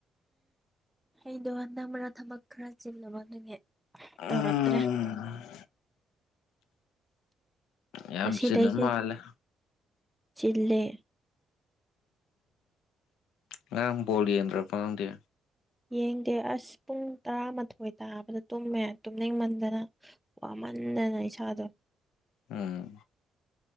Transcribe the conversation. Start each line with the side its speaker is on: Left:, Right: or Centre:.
Centre: ꯑꯩꯗꯣ ꯍꯟꯗꯛ ꯃꯔꯛ ꯊꯕꯛ ꯈꯔ ꯆꯤꯜꯂꯕ ꯑꯗꯨꯒꯤ
Left: ꯎꯝ
Centre: ꯇꯧꯔꯛꯇ꯭ꯔꯦ
Left: ꯌꯥꯝ
Centre: ꯉꯁꯤꯗꯩꯗꯤ
Left: ꯆꯤꯟꯕ ꯃꯥꯜꯂꯦ
Centre: ꯆꯤꯜꯂꯦ
Left: ꯉꯔꯥꯡ ꯕꯣꯜ ꯌꯦꯡꯗ꯭ꯔꯕ ꯅꯪꯗꯤ
Centre: ꯌꯦꯡꯗꯦ ꯑꯁ ꯄꯨꯡ ꯇꯔꯥꯃꯥꯊꯣꯏ ꯇꯥꯕꯗ ꯇꯨꯝꯃꯦ ꯇꯨꯝꯅꯤꯡꯃꯟꯗꯅ ꯋꯥꯃꯟꯗꯅ ꯏꯁꯥꯗꯣ
Left: ꯎꯝ